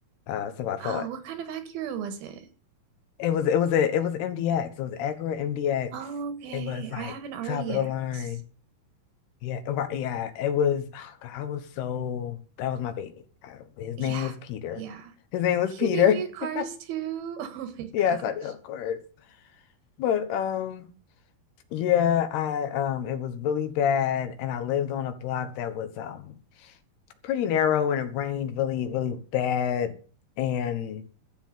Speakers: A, on the left; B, on the right.
A: Uh so I thought
B: Oh, what kind of Acura was it?
A: it was it was a it was MDX. It was Acura MDX.
B: Oh, okay,
A: It was like
B: I have an RDX.
A: top of the line. Yeah, right. Yeah, it was <sighs> God, I was so that was my baby. Uh, His
B: Yeah,
A: name was Peter.
B: yeah.
A: His name was
B: You
A: Peter.
B: name your cars
A: <laughs>
B: too? <laughs> Oh my
A: Yes,
B: gosh.
A: I do, of course. But um yeah, I um it was really bad and I lived on a block that was um pretty narrow and it rained really, really bad. And